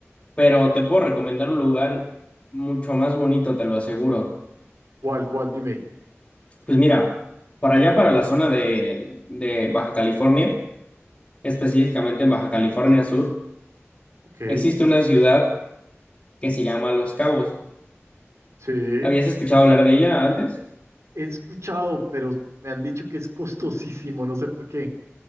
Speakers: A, on the left; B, on the right.
A: pero te puedo recomendar un lugar mucho más bonito, te lo aseguro.
B: ¿Cuál, cuál? Dime.
A: Pues mira, para allá, para la zona de, de Baja California, específicamente en Baja California Sur,
B: Ok,
A: existe una ciudad que se llama Los Cabos.
B: sí.
A: ¿Habías escuchado hablar de ella antes?
B: He escuchado, pero me han dicho que es costosísimo, no sé por qué.